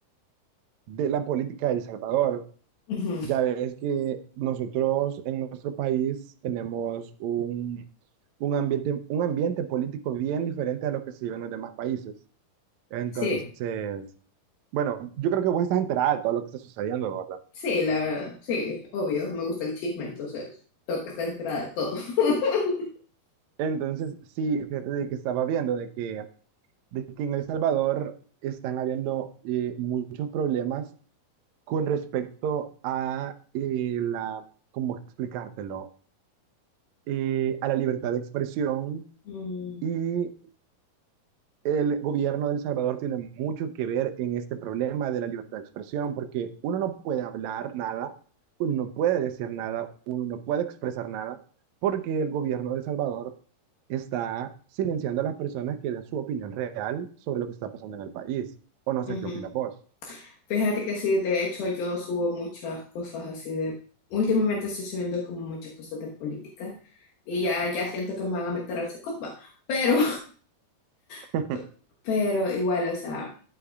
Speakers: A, on the right; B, on the left.
A: de la política de El Salvador.
B: Ujú.
A: Ya ves que nosotros en nuestro país tenemos un, un ambiente, un ambiente político bien diferente a lo que se vive en los demás países. Entonces,
B: Sí,
A: bueno, yo creo que vos estás enterada de todo lo que está sucediendo, ¿verdad?
B: sí, la verdad, sí, obvio, me gusta el chisme, entonces tengo que estar enterada de todo. <laughs>
A: Entonces, sí, fíjate de que estaba viendo de que, de que en El Salvador están habiendo eh, muchos problemas con respecto a eh, la, ¿cómo explicártelo? Eh, a la libertad de expresión
B: Mm,
A: y el gobierno de El Salvador tiene mucho que ver en este problema de la libertad de expresión, porque uno no puede hablar nada, uno no puede decir nada, uno no puede expresar nada, porque el gobierno de El Salvador está silenciando a las personas que den su opinión real sobre lo que está pasando en el país. O no sé
B: ujú.
A: qué opinas vos.
B: Fíjate que sí, de hecho yo subo muchas cosas así de... Últimamente estoy subiendo como muchas cosas de política y ya, ya siento que me van a meter al secopa, pero,
A: <laughs>
B: <laughs> pero igual, o sea...